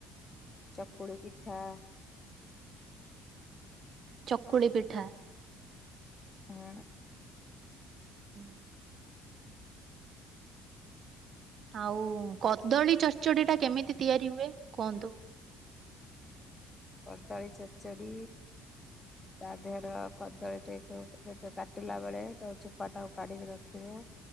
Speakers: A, on the left; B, on the right.
A: <inaudible> ପୁଡ଼ ପିଠା
B: ଚକୁଳି ପିଠା
A: ହୁଁ
B: ହୁଁ ଆଉ କଦଳୀ ଚଡଚଡି ଟା କେମିତି ତିଆରି ହୁଏ କୁହନ୍ତୁ।
A: କଦଳୀ ଚଚଡ଼ି ତା ଦେହର କଦଳୀ ଟେ ଟୁ ଯେତେ କାଟିଲା ବେଳେ ତା ଚୋପା ଟାକୁ କାଢିକି ରଖିବେ।